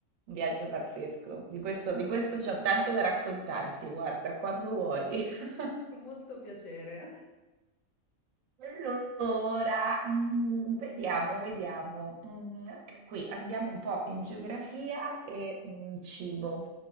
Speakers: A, on the right; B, on the left.
A: Un viaggio pazzesco. Di questo,
B: Eh,
A: di questo c'ho tanto da raccontarti, guarda, quando vuoi. <laughs>
B: con Molto piacere.
A: Allora, mm, vediamo, vediamo. Mm, anche qui andiamo un po' in geografia e mm, cibo.